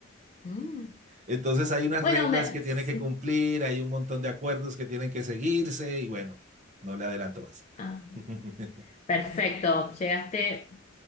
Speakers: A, on the left (about 35°); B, on the right (about 35°).
A: Mm.
B: Entonces hay unas
A: Bueno,
B: reglas
A: me...
B: que tiene
A: sí.
B: que cumplir, hay un montón de acuerdos que tienen que seguirse y bueno, no le adelanto más.
A: Ah.
B: <laughs>
A: Perfecto, llegaste